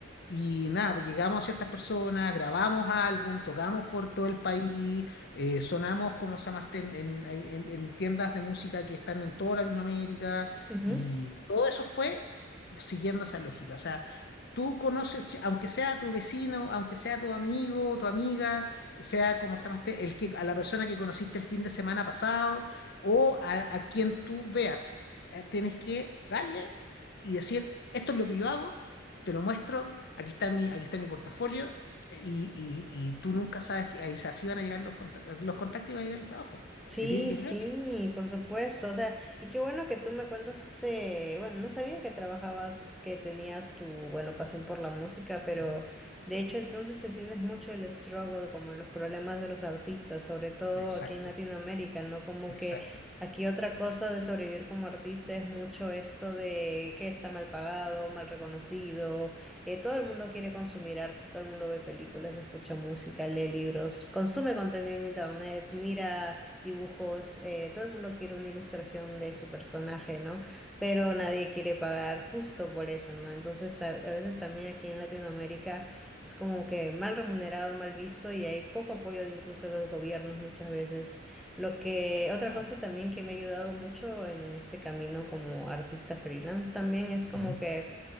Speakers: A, on the left; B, in the centre.
A: y nada, pues llegamos a ciertas personas, grabamos álbum, tocamos por todo el país, eh, sonamos, como se llama, este, en, en- ahí en- en tiendas de música que están en toda Latinoamérica
B: ujú.
A: y todo eso fue siguiendo esa lógica. O sea, tú conoces, si- aunque sea tu vecino, aunque sea tu amigo, tu amiga, sea como se llama, este, el que, a la persona que conociste el fin de semana pasado o a, a quien tú veas, eh, tienes que darle y decir, esto es lo que yo hago, te lo muestro aquí está mi, aquí está mi portafolio eh, y, y, y tú nunca sabes que ahí así van a llegar los contactos, los contactos y va a llegar el trabajo.
B: Sí,
A: Así que tiene, yo
B: sí,
A: creo que...
B: por supuesto. O sea, y qué bueno que tú me cuentas ese, bueno, no sabía que trabajabas, que tenías tu, bueno, pasión por la música, pero
A: Ujú,
B: de hecho entonces entiendes mucho el struggle, como los problemas de los artistas, sobre todo
A: Exacto,
B: aquí en Latinoamérica, ¿no? Como
A: exacto.
B: que aquí otra cosa de sobrevivir como artista es mucho esto de que está mal pagado, mal reconocido, eh, todo el mundo quiere consumir arte, todo el mundo ve películas, escucha música, lee libros, consume contenido en internet, mira dibujos, eh, todo el mundo quiere una ilustración de su personaje, ¿no? Pero nadie quiere pagar justo por eso, ¿no? Entonces a, a veces también aquí en Latinoamérica es como que mal remunerado, mal visto y hay poco apoyo de incluso los gobiernos muchas veces. Lo que, otra
A: Ah,
B: cosa también que me ha ayudado mucho en este camino como artista freelance también es como
A: ujú,
B: que